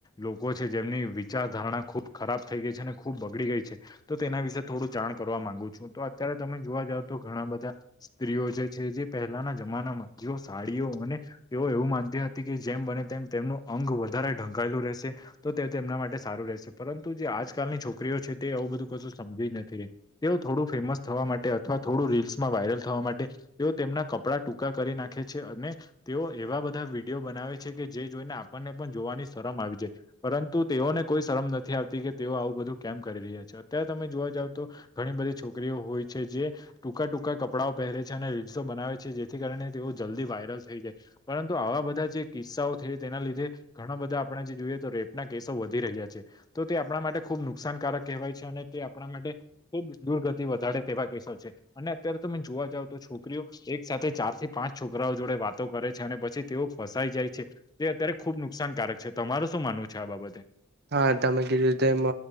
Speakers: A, on the left (about 20°); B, on the right (about 50°).
A: લોકો છે જેમની વિચાર ધારણા ખુબ ખરાબ થઈ ગઈ છે ને ખૂબ બગડી ગઈ છે, તો તેના વિશે થોડું જાણ કરવા માંગુ છું તો અત્યારે તમે જોવા જાવ તો ઘણા બધા સ્ત્રીઓ જે છે જે પહેલાના જમાનામાં જેઓ સાડીઓ અને, તેઓ એવું માનતી કે જેમ બને તેમ તેમનું અંગ વધારે ઢંકાયેલું રહેશે, તો તે તેમના માટે સારું રહેશે. પરંતુ જે આજકાલની છોકરીઓ છે તે એવું બધું કશું સમજીવી નથી રહી તેઓ થોડું ફેમસ થવા માટે અથવા થોડું રીલ્સમાં વાયરલ થવા માટે તેઓ તેમના કપડા ટૂંકા કરી નાખે છે અને તેઓ એવા બધા વિડીયો બનાવે છે. કે જે જોઈને આપણને પણ જોવાની શરમ આવી જાય પરંતુ તેઓને કોઈ શરમ નથી આવતી કે તેઓ આવું બધું કેમ કરી રહ્યા છે. અત્યારે તમે જોવા જાવ તો ઘણી બધી છોકરીઓ હોય છે જે ટૂંકા ટૂંકા કપડાંઓ પહેરે છે અને રીલ્સો બનાવે છે. જેથી કારણે તેઓ જલ્દી વાયરલ થઈ જાય પરંતુ આવા બધા બધા જે કિસ્સાઓ છે તેના લીધે ઘણા બધા આપણે જે જોઈએ તો રેપના કેસો વધી રહ્યા છે. તો તે આપણા માટે ખુબ નુકસાનકારક કહેવાય છે અને તે આપણા માટે ખુબ દુર્ગતિ વધારે તેવા કેસો છે. અને અત્યારે તમે જોવા જાવ તો છોકરીઓ એક સાથે ચાર થી પાંચ છોકરાઓ જોડે વાતો કરે છે અને પછી તેઓ ફસાઈ જાય છે તે અત્યારે ખુબ નુકસાનકારક છે તમાર શું માનવું છે આ બાબતે.
B: હા તમે કીધું